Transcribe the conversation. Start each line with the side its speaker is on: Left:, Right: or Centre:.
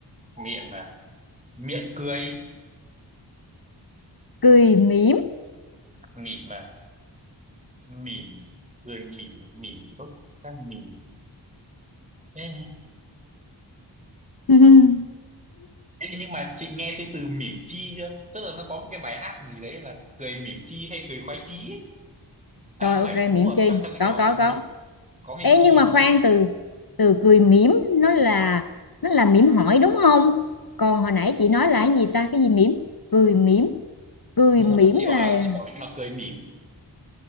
Right: miệng à miệng cười
Left: cười mỉm
Right: mỉm à mỉm cười mỉm mỉm tốt ta mỉm Ê,
Left: <laughs>
Right: Ê, nhưng mà chị nghe thấy từ mỉm chi chưa tức là nó có một cái bài hát gì đấy là cười mỉm chi hay cười khoái chí ấy. à
Left: rồi
Right: không
Left: ok
Right: phải đúng
Left: mỉm
Right: rồi
Left: chi
Right: trong trong cái
Left: có
Right: trò
Left: có
Right: gì ấy,
Left: có
Right: mỉm có mỉm
Left: Ê
Right: chi
Left: nhưng mà
Right: đúng không
Left: khoan từ từ cười mỉm nó là nó là mỉm hỏi đúng không? Còn hồi nãy chị nói là cái gì ta cái gì mỉm? Cười mỉm. Cười
Right: đúng
Left: mỉm
Right: rồi chị
Left: là
Right: bảo là chị bảo là cười mỉm